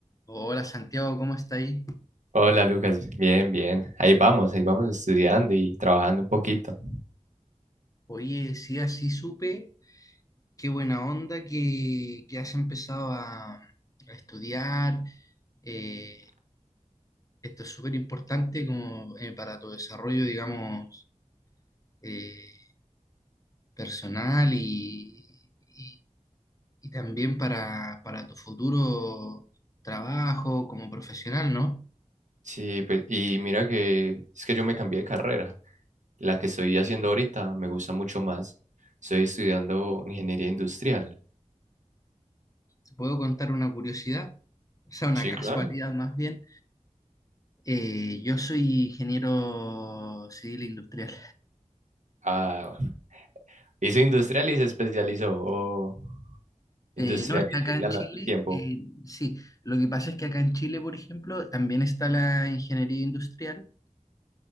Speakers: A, on the left (about 25°); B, on the right (about 70°).
A: Hola Santiago, ¿cómo está ahí?
B: Hola Lucas, bien, bien. Ahí vamos, ahí vamos estudiando y trabajando un poquito.
A: Oye, sí, así supe, qué buena onda que, que has empezado a, a estudiar. eh, esto es súper importante como eh, para tu desarrollo, digamos, eh, personal y, y- y también para, para tu futuro trabajo como profesional, ¿no?
B: Sí, pues, y mira que es que yo me cambié de carrera. La que estoy haciendo ahorita me gusta mucho más. Estoy estudiando ingeniería industrial.
A: Te puedo contar una curiosidad, o sea, una
B: Sí,
A: casualidad
B: claro.
A: más bien. Eh, yo soy ingeniero civil industrial.
B: Ah, hizo industrial y se especializó, o industrial
A: Eh, no, es que
B: y
A: acá
B: civil
A: en
B: al
A: Chile,
B: al tiempo,
A: eh, sí, lo que pasa es que acá en Chile, por ejemplo, también está la ingeniería industrial,